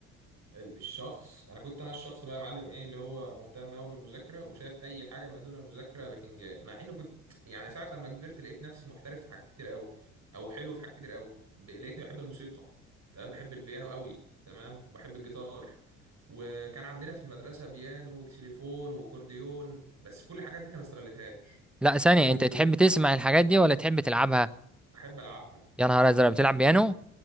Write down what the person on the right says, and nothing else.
ال- الشخص انا كنت انا الشخص بقى يا معلم ايه اللي هو مهتم قوي بالمذاكره وشايف اي حاجه ما دون المذاكره بتنجان مع اني كنت يعني ساعه لما كبرت لقيت نفسي محترف في حاجات كتير قوي او حلو في حاجات كتير قوي ب- لقيتني بحب الموسيقى تمام بحب البيانو قوي تمام وبحب الجيتار وكان عندنا في المدرسه بيانو وكسيليفون واكورديون بس كل الحاجات دي أنا ما استغلتهاش
وك- ولا-
احب العبها